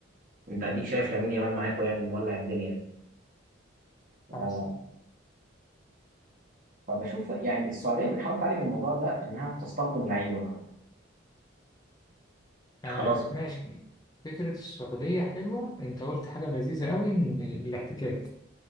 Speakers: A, on the right; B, on the left.
A: انت اديك شايف لامين يامال معاكو يعني مولع الدنيا يعني اه
B: خمسة
A: فبشوف يعني السعوديه بتحاول تعالج الموضوع ده انها بتستخدم لعيبه بقى خلاص
B: أنا ماشي فكرة السعودية حلوة أنت قلت حاجة لذيذة أوي إن الاحتكاك